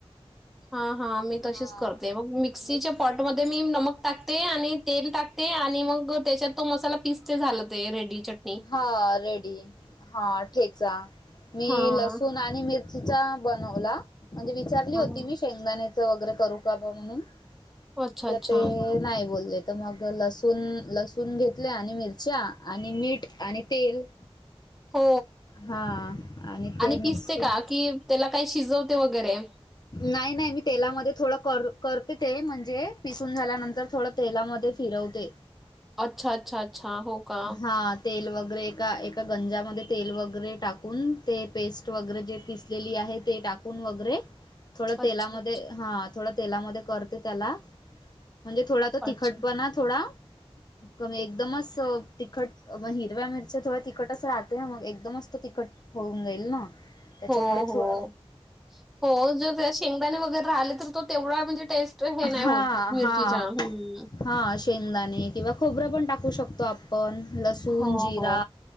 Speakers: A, in the centre; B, on the left.
A: हा हा मी तशीच
B: हां
A: करते. मग मिक्सीच्या
B: मिक्स
A: पॉटमध्येध्ये मी नमक टाकते. आणि तेल टाकते. ते आणि मग त्याच्यात तो मसाला पिसते झाला ते रेडी चट्ट
B: हा रेडी हा ठेचा मी
A: हां, हां.
B: लसूण आणि मिरचीचा बनवला. म्हणजे विचारली होती
A: हां.
B: मी शेंगदाणेच वगैरे करू का बा म्हणून.
A: अच्छा,
B: तर
A: अच्छा.
B: ते नाही बोलले. तर मग लसूण लसूण घेतले. आणि मिरच्या आणि मीठ आणि तेल
A: हो
B: हा ते
A: आणि
B: मिक्स
A: पिसते
B: करून
A: का? कि त्याला काही शिजवते वगैरे.
B: नाही नाही मी तेलामध्ये थोड कर करते ते म्हणजे पिसून झाल्यानंतर थोड तेलामध्ये फिरवते.
A: अच्छा अच्छा अच्छा हो का?
B: हा तेल वगैरे एका एका गंजामध्ये तेल वगैरे टाकून ते पेस्ट वगैरे जे पिसलेली आहेत ते टाकून वगैरे थोड
A: अच्छा,
B: तेलामध्ये
A: अच्छा,
B: हा थोड तेलामध्ये करते त्याला. म्हणजे थोडा तो तिखटपणा
A: अच्छा.
B: थोडा कमी एकदमच तिखट मग हिरव्या मिरच्या थोड्या तिखटच राहते. मग एकदमच तो तिखट होऊन जाईल ना त्याच्यामुळे
A: हो, हो.
B: थोड
A: हो जर शेंगदाणे वगैरे राहिले तर तो तेवढा म्हणजे टेस्ट म्हणजे हे नाही
B: हा
A: होत. मिर्चीचा
B: हा
A: हम्म
B: हा शेंगदाणे किंवा खोबर पण टाकू शकतो आप पण लसुन,
A: हो,
B: जीरा,
A: हो.